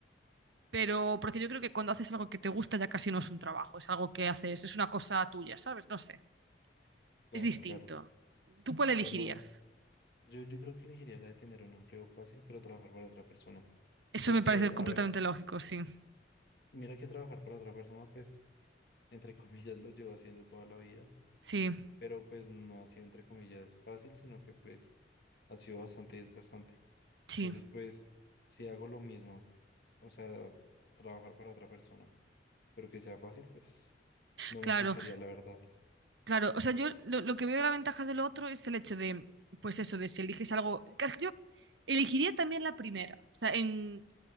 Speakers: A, on the right; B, on the left.
A: pero porque yo creo que cuando haces algo que te gusta ya casi no es un trabajo, es algo que haces, es una cosa tuya, ¿sabes? No sé,
B: claro,
A: es distinto.
B: claro.
A: ¿Tú cuál elegirías?
B: Además, yo, yo creo que elegiría la de tener un empleo fácil, pero trabajar para otra persona.
A: Eso
B: Porque,
A: me parece completamente
B: a ver,
A: lógico, sí.
B: mira que trabajar para otra persona, pues entre comillas, lo llevo haciendo toda la vida,
A: Sí,
B: pero pues no ha sido, entre comillas, fácil, sino que pues ha sido bastante desgastante. Entonces,
A: sí,
B: pues, si hago lo mismo, o sea, trabajar para otra persona, pero que sea fácil, pues no
A: claro.
B: me quejaría, la verdad.
A: Claro, o sea, yo lo, lo que veo de la ventaja del otro es el hecho de, pues eso, de si eliges algo. que Yo elegiría también la primera. O sea, en,